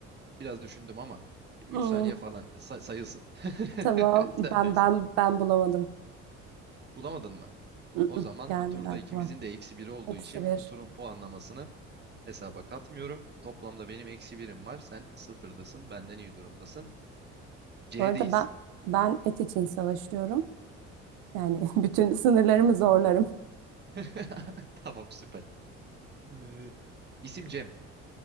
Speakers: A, on the right; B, on the right.
A: Biraz düşündüm ama üç
B: Hmm,
A: saniye falan sa- sayılsın.
B: tamam
A: <laughs> Sendeyiz.
B: ben ben ben bulamadım.
A: Bulamadın mı?
B: Mm-mm,
A: O zaman
B: gelmedi
A: bu turda
B: aklıma.
A: ikimizin de eksi biri olduğu
B: Eksi
A: için
B: bir.
A: bu turun puanlamasını hesaba katmıyorum. Toplamda benim eksi birim var. Sen sıfırdasın. Benden iyi durumdasın. C'deyiz.
B: Bu arada ben ben et için savaşıyorum. Yani <laughs> bütün sınırlarımı zorlarım.
A: <laughs> Tamam süper. Ee, isim Cem.